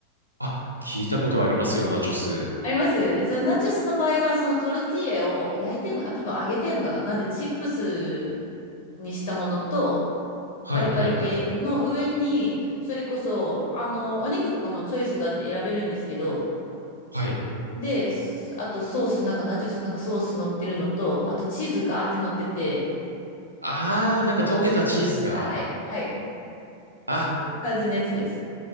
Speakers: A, on the right (about 85°); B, on the left (about 50°).
A: あ、聞いたことありますよ、ナチョス。
B: ありますそのナチョスの場合は、そのトルティーヤを焼いてんの、あ、多分揚げてんのかななんでチップスにしたものと、
A: はいはいはい。
B: パリパリ系の上に、それこそ、あの、お肉とかもチョイスがあって選べるんですけど、
A: はい。
B: で、すあとソース、なんかナチュス、なんかソース乗ってるのと、あとチーズがーって乗ってて、
A: あー、なんか溶けたチーズが、
B: そしてあるんはい、はい。
A: あ、
B: そういう感じのやつです。